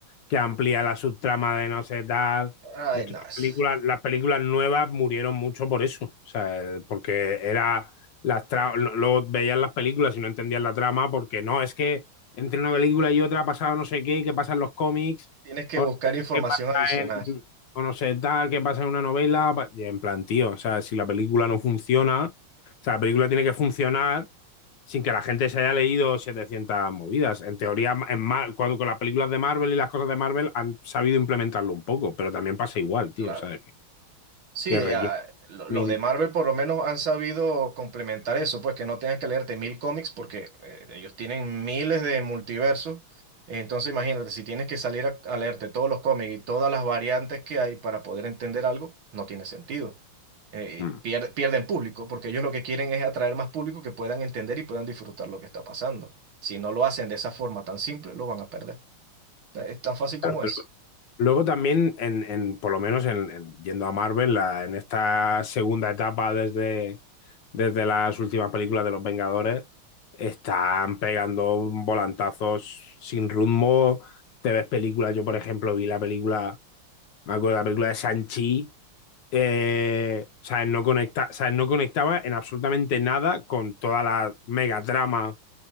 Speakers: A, on the left (about 70°); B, on the right (about 70°).
A: que amplía la subtrama de no sé tal.
B: Ay,
A: De hecho,
B: no, es-
A: las películas, las películas nuevas murieron mucho por eso, o sea, porque era las tra- luego veías las películas y no entendías la trama porque no, es que entre una película y otra ha pasado no sé qué, qué pasa en los cómics,
B: tienes que
A: o
B: buscar información
A: qué pasa
B: adicional.
A: en, o no sé tal, qué pasa en una novela, pa- y en plan, tío, o sea, si la película no funciona, o sea, la película tiene que funcionar sin que la gente se haya leído 700 movidas. En teoría, en Mar cuando, con las películas de Marvel y las cosas de Marvel han sabido implementarlo un poco, pero también pasa igual,
B: Claro.
A: tío, ¿sabes? Que,
B: Sí,
A: que
B: eh,
A: requiere
B: ah, lo- los
A: mil...
B: de Marvel por lo menos han sabido complementar eso, pues que no tengas que leerte mil cómics porque eh, ellos tienen miles de multiversos. Entonces imagínate, si tienes que salir a, a leerte todos los cómics y todas las variantes que hay para poder entender algo, no tiene sentido. Eh,
A: Mm.
B: pier- pierden público porque ellos lo que quieren es atraer más público que puedan entender y puedan disfrutar lo que está pasando. Si no lo hacen de esa forma tan simple, lo van a perder. Es tan fácil
A: Claro,
B: como
A: Pero
B: eso.
A: luego también, en, en, por lo menos en, en yendo a Marvel, la, en esta segunda etapa desde, desde las últimas películas de Los Vengadores, están pegando volantazos sin rumbo. Te ves películas, yo por ejemplo vi la película, me acuerdo de la película de Sanchi, eh, o sea, no conecta, o sea, no conectaba en absolutamente nada con toda la mega trama,